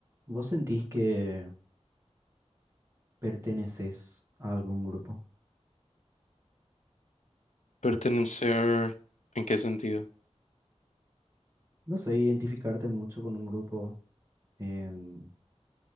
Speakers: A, on the right; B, on the left.
A: ¿Vos sentís que perteneces a algún grupo?
B: Pertenecer, ¿en qué sentido?
A: No sé, identificarte mucho con un grupo. en-